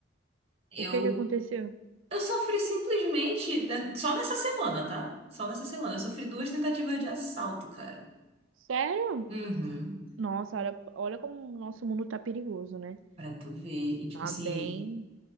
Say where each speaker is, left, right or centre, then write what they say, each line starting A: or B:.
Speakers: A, on the right; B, on the right.
A: eu
B: O que que aconteceu?
A: eu sofri simplesmente né, só nessa semana, tá? Só nessa semana. Eu sofri duas tentativas de assalto, cara.
B: Sério?
A: Uhum.
B: Nossa, olha, olha como o nosso mundo tá perigoso, né?
A: Pra tu ver. E tipo
B: Tá
A: assim,
B: bem.